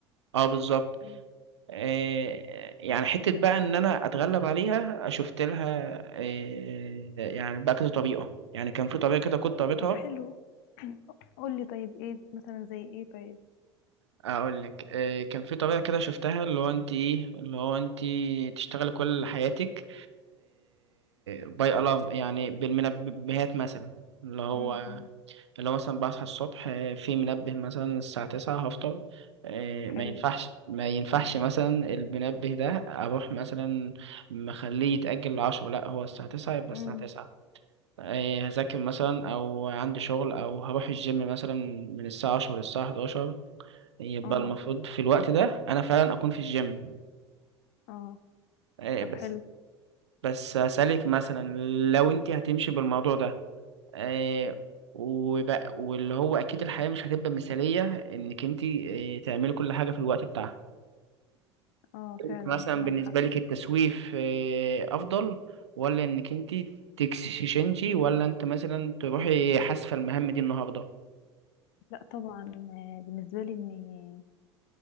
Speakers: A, on the right (about 75°); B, on the left (about 50°).
A: اه بالظبط
B: مم.
A: آه، يعني حته بقى ان انا اتغلب عليها شفت لها آه، يعني بقى كذا طريقه يعني كان في طريقه كده كنت قريتها
B: طب حلو <clears throat> قولي طيب ايه مثلا زي ايه طيب
A: اقول لك آه، كان في طريقه كده شفتها اللي هو انت ايه اللي هو انت تشتغلي كل حياتك باي الارم يعني بالمنبهات مثلا اللي هو
B: امم أمم.
A: اللي هو مثلا بصحى الصبح آه، في منبه مثلا الساعة تسعة هفطر آه، ما
B: حلو
A: ينفعش ما ينفعش مثلا المنبه ده أروح مثلا مخليه يتأجل لعشرة لأ هو الساعة تسعة يبقى الساعة
B: امم
A: تسعة آه، هذاكر مثلا أو عندي شغل أو هروح الجيم مثلا من الساعة عشرة للساعة حداشر يبقى
B: اه
A: المفروض في الوقت ده أنا فعلا أكون في الجيم
B: اه
A: آه،
B: طب
A: بس
B: حلو
A: بس أسألك مثلا لو أنت هتمشي بالموضوع ده آه وبقى واللي هو اكيد الحياه مش هتبقى مثاليه انك انت آه تعملي كل حاجه في الوقت بتاعها
B: اه
A: انت
B: فعلا
A: مثلا
B: معاك
A: بالنسبه
B: حق
A: لك التسويف آه افضل ولا انك انت تكسشنجي ولا انت مثلا تروحي حاسفه المهام دي النهارده
B: لا طبعا آه، بالنسبه لي اني